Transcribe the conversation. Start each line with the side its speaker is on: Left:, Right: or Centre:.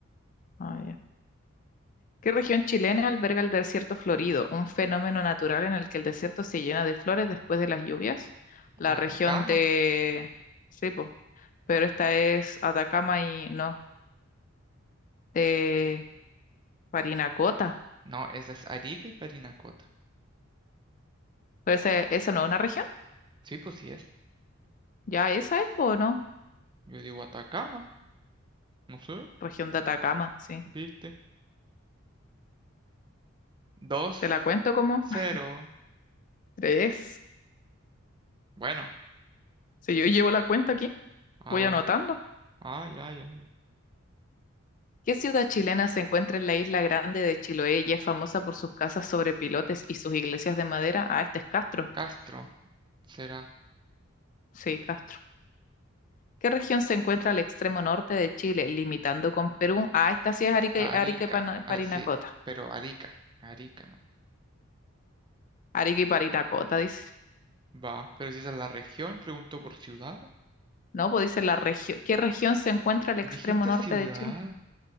Left: Ah, ya. ¿Qué región chilena alberga el desierto florido, un fenómeno natural en el que el desierto se llena de flores después de las lluvias? La
Right: Atacama.
Left: región de... Sí, po. Pero esta es Atacama y no. de Parinacota.
Right: No, esa es Arica y Parinacota.
Left: Pues ese, esa no es una región.
Right: Sí, pues sí es.
Left: Ya esa es, po, ¿o ¿no?
Right: Yo digo Atacama. No sé,
Left: Región de Atacama, sí.
Right: ¿viste? Dos,
Left: Te la cuento como
Right: cero.
Left: <laughs> tres.
Right: Bueno,
Left: Si yo llevo la cuenta aquí,
Right: ah,
Left: voy
Right: bueno.
Left: anotando.
Right: Ah, ya, ya, ya.
Left: ¿Qué ciudad chilena se encuentra en la isla grande de Chiloé y es famosa por sus casas sobre pilotes y sus iglesias de madera? Ah, este es Castro.
Right: Castro será
Left: Sí, Castro. ¿Qué región se encuentra al extremo norte de Chile, limitando con Perú? Ah, esta sí es Arica,
Right: Arica.
Left: y- Arica y Pana- Parinacota.
Right: Ah, sí, pero Arica. Arica, no.
Left: Arica y Parinacota, dice.
Right: Va, pero si esa es la región, preguntó por ciudad.
Left: No, pues dice la región. ¿Qué región se encuentra al extremo
Right: Dijiste
Left: norte
Right: ciudad.
Left: de Chile?